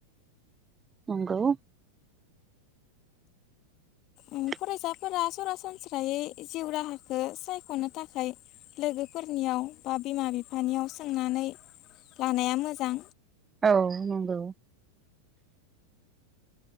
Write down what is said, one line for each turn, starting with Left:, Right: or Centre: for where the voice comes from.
Right: नंगौ। <inaudible>
Left: उम फरायसाफोरा सरासनस्रायै जिउ राहाखौ सायख'नो थाखाय लोगोफोरनियाव बा बिमा बिफानियाव सोंनानै लानाया मोजां
Right: औ नंगौ।